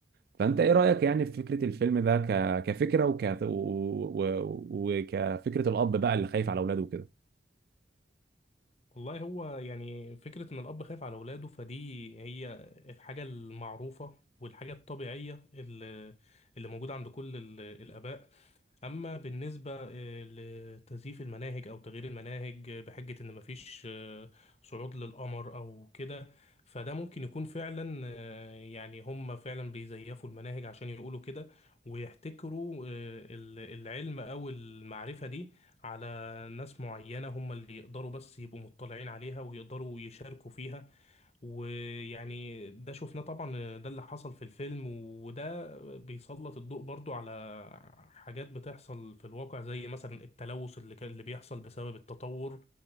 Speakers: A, on the right; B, on the left.
A: فانت ايه رايك يعني في فكره الفيلم ده ك... كفكره وك... و... و... وكفكره الاب بقى اللي خايف على اولاده وكده
B: والله هو يعني فكرة إن الأب خايف على أولاده فدي هي الحاجة المعروفة والحاجة الطبيعية اللي اللي موجودة عند كل ال- الآباء أما بالنسبة آه، لتزييف المناهج أو تغيير المناهج آه، بحجة إن مفيش آه، صعود للقمر أو كده فده ممكن يكون فعلا آه، يعني هم فعلا بيزيفوا المناهج عشان يقولوا كده ويحتكروا آه، ال- العلم أو المعرفة دي على ناس معينة هم اللي يقدروا بس يبقوا مطلعين عليها ويقدروا يشاركوا فيها ويعني ده شفناه طبعا ده اللي حصل في الفيلم وده بيسلط الضوء برضو على حاجات بتحصل في الواقع زي مثلا التلوث اللي كان- اللي بيحصل بسبب التطور